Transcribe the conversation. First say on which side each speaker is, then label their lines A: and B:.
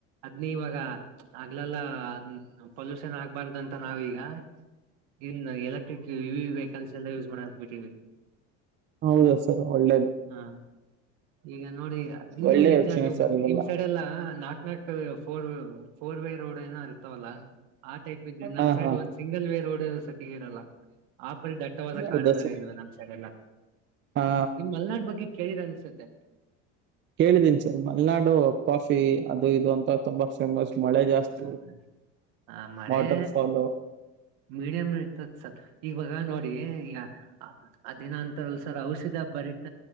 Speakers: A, on the right (about 70°); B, on the right (about 35°).
A: ಅದ್ನೆ ಇವಾಗ ಹಗಲ್ಲಲ ಅದ್ನ್ ಪೊಲ್ಯೂಷನ್ ಆಗಬರದ್ ಅಂತ ನಾವೀಗ ಇನ್ ಎಲೆಕ್ಟ್ರಿಕ್ ಇವಿ ವೆಹಿಕಲ್ಸ್ ಯೂಸ್ ಮಾಡಕ್ ಬಿಟ್ಟೀವಿ.
B: ಹೌದ ಸರ್ ಒಳ್ಳೇದು
A: ಹಾ ಈಗ ನೋಡಿ ನೀವು
B: ಒಳ್ಳೆ
A: ನಿಜ
B: ಯೋಚನೆ
A: ನೀವು
B: ಸರ್ ಇವೆಲ್ಲ
A: ನಿಮ್ ಸೈಡ್ ಎಲ್ಲಾ ನಾಕ್ ನಾಕ್ ಪೋರ್ ಪೋರ್ ವೇ ರೋಡ್ ಏನೋ ಅಂತವಲ್ಲ. ಆ ಟೈಪ್ ಇದ್ರೆ ನಮ್
B: ಹಾ
A: ಸೈಡ್
B: ಹಾ
A: ಒಂದ್ ಸಿಂಗಲ್ ವೇ ರೋಡ್ ಸತಿಗ ಇರಲ್ಲ. ಆ ಪರಿ ದಟ್ಟವಾದ ಕಾಡುಗಳ
B: ಹೌದಾ ಸರ್
A: ಇಲ್ವಾ ನಮ್ ಸೈಡೆಲ್ಲ
B: ಹಾ
A: ನಿಮ್ ಮಲ್ನಾಡು ಬಗ್ಗೆ ಕೇಳಿರ್ ಅನ್ಸುತ್ತೆ.
B: ಕೇಳಿದೀನಿ ಸರ್ ಮಲ್ನಾಡು ಕಾಫಿ ಅದು ಇದು ಅಂತ ತುಂಬಾ ಫೇಮಸ್ ಮಳೆ ಜಾಸ್ತಿ
A: ಹ ಹ ಮಳೆ
B: ವಾಟರ್ ಫಾಲೂ
A: ಮೀಡಿಯಂ ಇರತದ್ ಸರ್ ಈವಾಗ ನೋಡಿ ಈಗ ಅದೇನೊ ಅಂತಾರಲ್ ಸರ್ ಔಷಧ ಭರಿತ